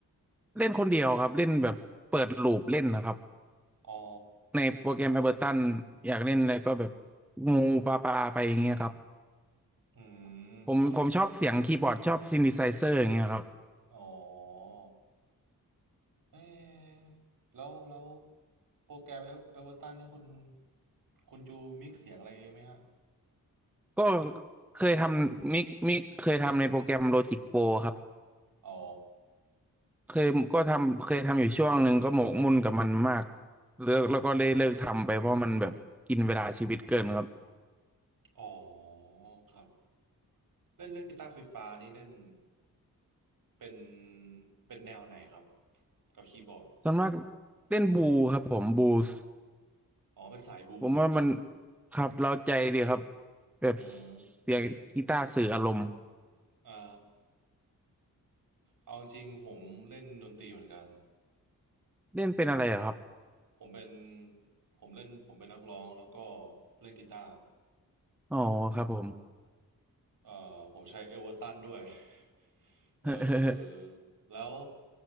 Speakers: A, in the centre; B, on the right.
A: เล่นคนเดียวครับเล่นแบบเปิดลูปเล่นนะครับ
B: อ๋อ
A: ในโปรแกรม Ableton อยากเล่นอะไรก็แบบงูปลาปลาไปอย่างเงี้ยครับ
B: อืมแล้วท
A: ผมผมชอบเสียงคีย์บอร์ดชอบซิน t ิไซเซอร์อย่างเงี้ยครับ
B: ำอ๋อเอ๊ะแล้วแล้ว โปรแกรมเอเวอร์ตันนี่คุณคุณจูมิกซ์เสียงอะไรเองไหมฮะ
A: ก็เคยทำมิกมิกเคยทำในโปรแกรม Logic Pro ครับ
B: อ๋อ
A: เคยก็ทำเคยทำอยู่ช่วงหนึ่งก็หมกมุ่นกับมันมากเลิกแล้วก็เลยเลิกทำไปเพราะมันแบบกินเวลาชีวิตเกินครับ
B: อ๋อครับเล่นเล่นกีตาร์ไฟฟ้านี่เล่น เป็น เป็นแนวไหนครับ กับคีย์บอร์ด
A: ส่วนมากเล่นบูครับผมบูส
B: อ๋อ เป็นสายบลูเหรอ
A: ผมว่ามันครับเราใจดีครับแบบ
B: อืม
A: เสียงกีตาร์สื่ออารมณ์
B: อ่าเอาจริงผมเล่นดนตรีเหมือนกัน
A: เล่นเป็นอะไรเหรอครับ
B: ผมเป็นผมเล่นผมเป็นนักร้องแล้วก็เล่นกีตาร์
A: อ๋อครับผม
B: เอ่อผมใช้เอเวอร์ตันด้วย <laughs> เอ
A: <laughs>
B: อแล้ว